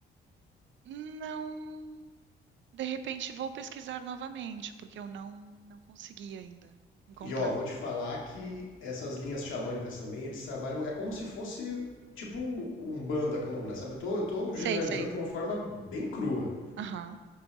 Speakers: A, on the right (about 70°); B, on the left (about 80°).
A: não. De repente vou pesquisar novamente, porque eu não não consegui ainda encontrar.
B: E ó, vou te falar que essas linhas xamânicas também, eles trabalham. É como se fosse tipo um banda candomblé, sabe? Eu tô, eu tô
A: Sei,
B: generalizando
A: sei.
B: de uma forma bem crua.
A: Aham.